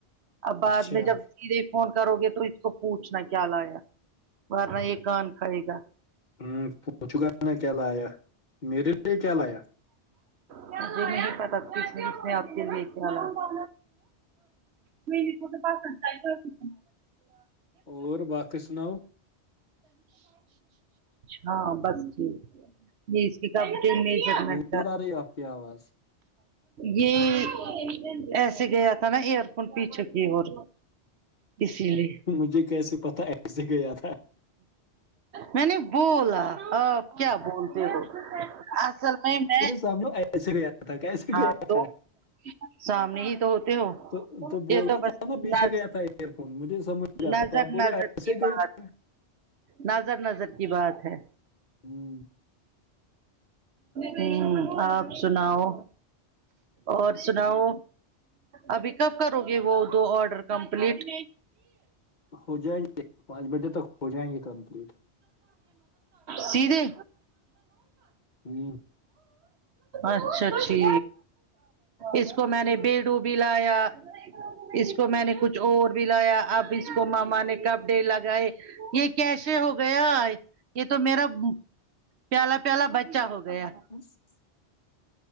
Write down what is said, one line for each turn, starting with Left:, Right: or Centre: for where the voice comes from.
Left: ہے
Right: اب بعد
Left: اچھا
Right: میں جب سیدھے فون کرو گے تو اس کو پوچھنا کیا لایا ورنا یہ کان کھائے گا
Left: ہمم پوچھوں گا نا کیا لایا میرے لیے کیا لایا
Right: مجھے نہیں پتہ اس اس نے اپ کے لیے کیا لایا میے کو تو با کرتا ہے تو
Left: اور باقی سناؤ
Right: ہاں بس ٹھیک یہ اس کی کپڑے میجرمنٹ
Left: دور آ رہی ہے آپ کی آواز
Right: یہ ایسے گیا تھا نا ایئر فون پیچھے کی اور اسی لیے
Left: مجھے کیسے پتا ایسے گیا تھا
Right: میں نے بولا آپ کیا بولتے ہو اصل میں میں
Left: سمجھو ایسے گیا تھا کیسے
Right: ہاں
Left: گیا
Right: تو
Left: تھا
Right: سامنے ہی تو ہوتے ہو
Left: تو تو بولنا
Right: یہ بس
Left: تھا نا پیچھے
Right: نز
Left: گیا تھا ایئر فون مجھے سمجھ آتا
Right: نظر
Left: تو اپ بول
Right: نظر
Left: رہے ہو
Right: کی
Left: ایسے گیا
Right: بات
Left: تھا
Right: نظر نظر کی بات ہے
Left: ہممم
Right: ہمم آپ سناؤ اور سناؤ ابھی کب کرو گے وہ دو آڈر کمپلیٹ
Left: ہو جائیں گے پانچ بجے تک ہو جائیں گے کمپلیٹ
Right: سیدھے
Left: ہمم
Right: اچھا ٹی اس کو میں نے بیڈو بھی لایا اس کو میں نے کچھ اور بھی لایا اب اس کو ماما نے کپڑے لگائے یہ کیسے ہو گیا یہ تو میرا پیالا پیالا بچا ہو گیا
Left: <unintelligible>